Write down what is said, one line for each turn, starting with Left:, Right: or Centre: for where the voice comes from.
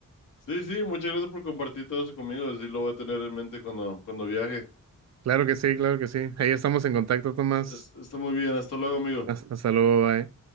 Left: Sí, sí, muchas gracias por compartir todo eso conmigo. Así lo voy a tener en mente cuando, cuando viaje.
Right: Claro que sí, claro que sí. Ahí estamos en contacto, Tomás.
Left: Es- está muy bien. Hasta luego, amigo.
Right: Hasta hasta luego, bye.